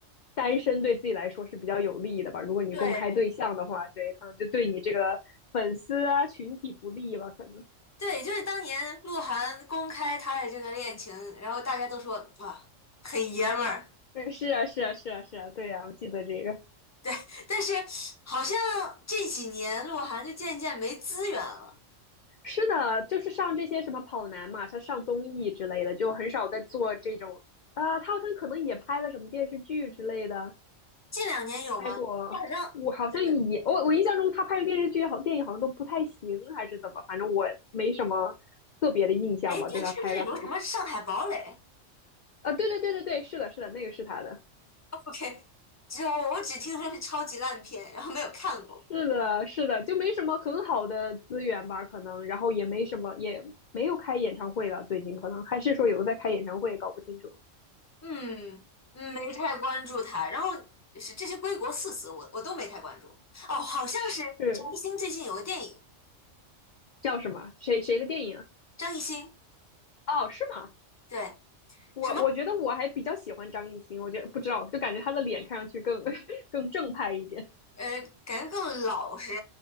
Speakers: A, on the left; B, on the left.
A: 单身对自己来说是比较有利的吧。如果你公开对象的话，
B: 对，
A: 对，可能就对你这个粉丝啊群体不利吧，可能。<laughs>
B: 对，就是当年鹿晗公开他的这个恋情，然后大家都说哇，很爷们儿。
A: 对，是啊，是啊，是啊，是啊，对呀、我记得这个。
B: 对，但是好像这几年鹿晗就渐渐没资源了。
A: 是的，就是上这些什么跑男嘛，他上综艺之类的，就很少在做这种。啊、他好像可能也拍了什么电视剧之类的，
B: 近两年有吗？
A: 拍过。
B: 就好像，
A: 我好像也，
B: 对对，
A: 我我印象中他拍的电视剧好，电影好像都不太行，还是怎么？反正我没什么特别的印象吧，
B: 哎，对，
A: 对他拍的好像。
B: 是不是有什么《上海堡垒》
A: 啊，对对对对对，是的，是的，那个是他的，
B: <laughs>？OK，只我我只听说是超级烂片，然后没有看过。
A: 是的，是的，就没什么很好的资源吧，可能，然后也没什么，也没有开演唱会吧，最近可能还是说有个在开演唱会，搞不清楚。
B: 嗯，嗯没太关注他。然后是这些归国四子，我我都没太关注。哦，好像是张艺兴最近有个电影，
A: 是，叫什么？谁谁的电影啊？
B: 张艺兴
A: 哦，是吗？
B: 对。
A: 我我觉得我还比较喜欢张艺兴，
B: 什么？
A: 我觉得不知道，就感觉他的脸看上去更更正派一点。
B: 呃，感觉更老实，